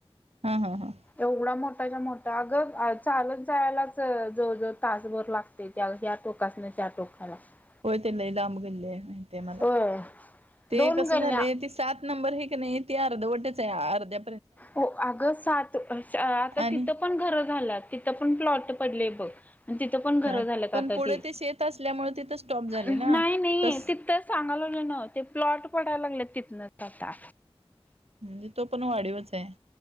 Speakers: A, on the right; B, on the left.
A: हा, हा, हा
B: एवढा मोठ च्या मोठं अगं चालत जायलाच जवळजवळ तासभर लागते, त्या ह्या टोकासने त्या टोका हॅल <unintelligible>
A: होय ते लई लांब गल्ले माहिती आहे मला,
B: होय
A: ते
B: दोन
A: कस
B: गल्ल्या
A: झालेय ते सात नंबर हे का नाही ते अर्धवटच आहे, अर्ध्या
B: हो अगं, सात आता
A: आणि
B: तिथं पण घरं झाला तिथं पण प्लॉट पडले बघ तिथं पण घर
A: हा,
B: झालं
A: पण
B: आता
A: पुढे
B: ती,
A: ते शेत असल्यामुळे तिथं स्टॉप झाले
B: नाही
A: ना
B: मी
A: तस
B: तिथच सांगायला लागलोय ना, ते प्लॉट पडायला लागले तिथनच आता.
A: म्हणजे तो पण वाढीवच आहे.